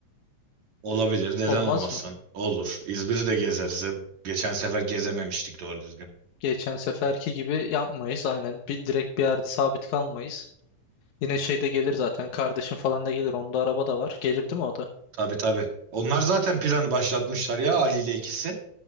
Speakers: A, on the right (about 70°); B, on the left (about 80°).
A: Olabilir. Neden
B: Olmaz
A: olmasın?
B: mı?
A: Olur. İzmir'i de gezeriz. Hem Geçen sefer gezememiştik doğru düzgün.
B: Geçen seferki gibi yapmayız aynen. Bir, direkt bir yerde sabit kalmayız. Yine şeyde gelir zaten. Kardeşim falan da gelir. Onda araba da var. Gelir değil mi o da?
A: Tabii tabii. Onlar zaten planı başlatmışlar ya Ali ile ikisi.